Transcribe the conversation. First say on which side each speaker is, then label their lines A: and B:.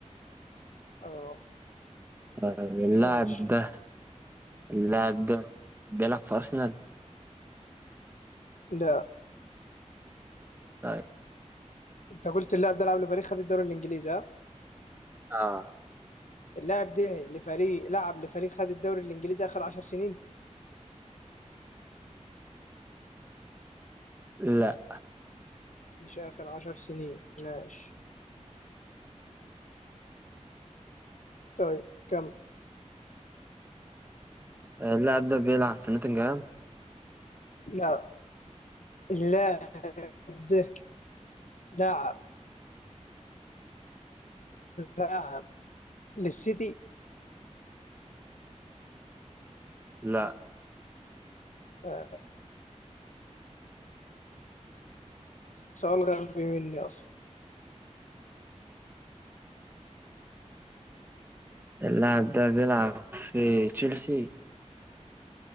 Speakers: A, on the left (about 85°); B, on the right (about 15°).
A: اه
B: طيب اللاعب
A: ماشي
B: ده اللاعب ده بيلعب في ارسنال
A: ده
B: طيب
A: انت قلت اللاعب ده لعب لفريق خد الدوري الانجليزي ها
B: اه
A: اللاعب ده لفريق لعب لفريق خد الدوري الانجليزي اخر عشر سنين
B: لا
A: مش اخر عشر سنين ماشي طيب كم
B: اللاعب ده بيلعب في نوتنغهام
A: لا اللاعب ده لعب لعب للسيتي
B: لا
A: آه، سؤال غبي مني اصلا
B: اللاعب ده بيلعب في تشيلسي